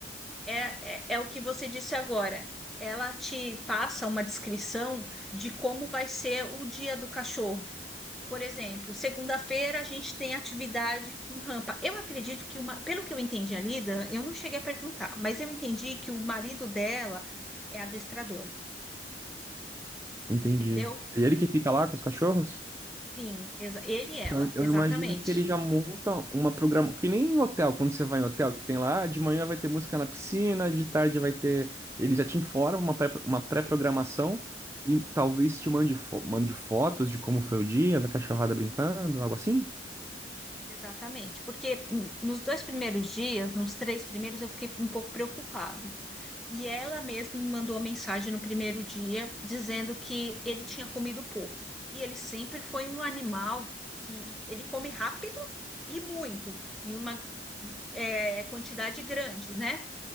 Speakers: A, in the centre; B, on the right (about 15°).
A: É, é, é o que você disse agora. Ela te passa uma descrição de como vai ser o dia do cachorro. Por exemplo, segunda-feira a gente tem atividade com rampa. Eu acredito que uma, pelo que eu entendi ali, Dan, eu não cheguei a perguntar, mas eu entendi que o marido dela é adestrador,
B: Entendi.
A: entendeu?
B: É ele que fica lá com os cachorros?
A: Sim, exa- ele e ela,
B: Então eu
A: exatamente.
B: eu imagino que ele já monta uma programa. Que nem em hotel, quando você vai em hotel, que tem lá, de manhã vai ter música na piscina, de tarde vai ter. Ele já te informa uma pré, uma pré-programação e talvez te mande, fo- mande fotos de como foi o dia, da cachorrada brincando, algo assim?
A: Exatamente. Porque hum, nos dois primeiros dias, nos três primeiros, eu fiquei um pouco preocupada. E ela mesma me mandou uma mensagem no primeiro dia dizendo que ele tinha comido pouco. E ele sempre foi um animal que ele come rápido e muito, em uma é, quantidade grande, né?